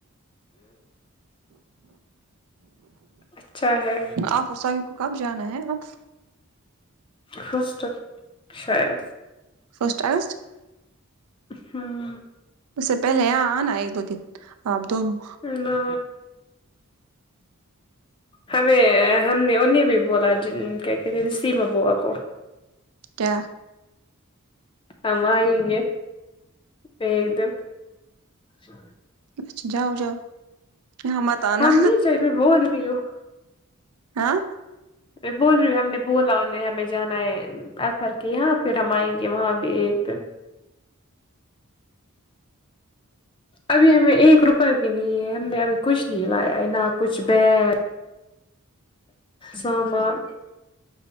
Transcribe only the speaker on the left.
اچھا ہے
فسٹ شاید
ہاں
نہ ہمیں ہم نے انہیں بھی بولا جن کیا کہتے ہیں نسیما بوا کو
ہم آئیں گے ایک دن اچھا
ہم نہیں چل میں بول رہی ہوں
میں بول رہی ہوں ہم نے بولا انہیں ہمیں جانا ہے ا ظہر کے یہاں پھر ہم آئیں گے وہاں بھی ایک دن ابھی ہمیں ایک روپے بھی نہیں ہے ہم نے ابھی کچھ نہیں لایا نہ کچھ بیگ سامان